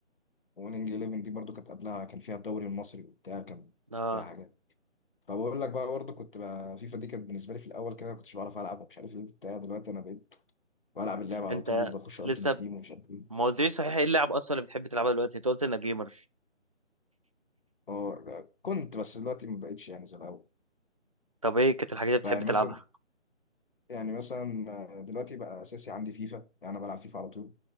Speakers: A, on the left; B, on the right.
A: ويننج 11 دي برضه كانت قبلها كان فيها الدوري المصري وبتاع كان
B: اه
A: فيها حاجات فبقول لك بقى برضه كنت بقى فيفا دي كانت بالنسبه لي في الاول كده ما كنتش بعرف العب ومش عارف ايه بتاع دلوقتي انا بقيت بلعب اللعبه على
B: انت
A: طول بخش التيم
B: لسه
A: تيم ومش عارف ايه
B: ما قلتليش صحيح ايه اللعب اصلا اللي بتحب تلعبها دلوقتي انت قلت انك جيمر
A: اه كنت بس دلوقتي ما بقتش يعني زي الاول
B: طب ايه كانت الحاجات اللي بتحب
A: فيعني
B: تلعبها
A: مثلا يعني مثلا آه، دلوقتي بقى اساسي عندي فيفا يعني انا بلعب فيفا على طول